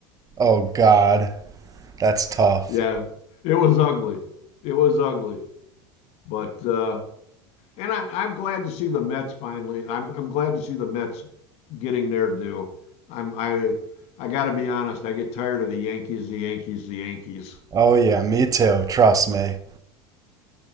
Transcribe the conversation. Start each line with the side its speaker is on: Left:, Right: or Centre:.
Right: Oh God, that's tough.
Left: Yeah, it was ugly. It was ugly. But uh and I'm I'm glad to see the Mets finally. I'm I'm glad to see the Mets getting their due. I'm I I got to be honest, I get tired of the Yankees, the Yankees, the Yankees.
Right: Oh yeah, me too, trust me.